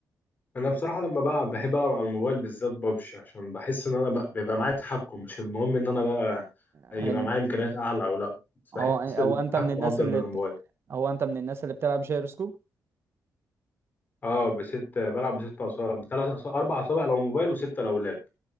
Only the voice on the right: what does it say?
هن-
هو هو
انت من الناس
اللي
بت... هو انت من الناس اللي بتلعب جيروسكوب